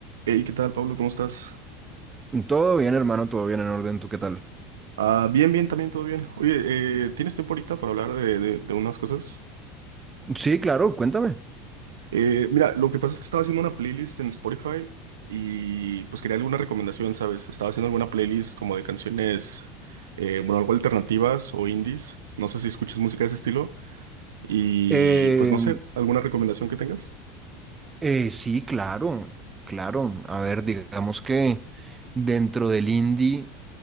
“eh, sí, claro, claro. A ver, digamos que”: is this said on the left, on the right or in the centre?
Right